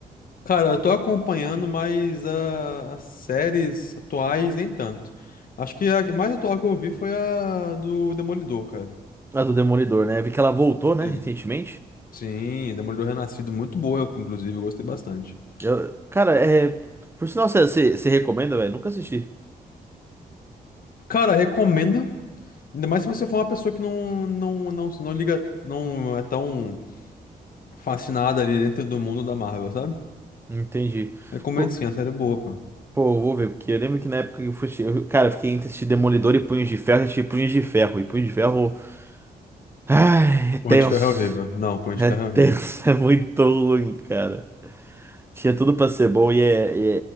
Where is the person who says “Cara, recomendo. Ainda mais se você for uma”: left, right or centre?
Left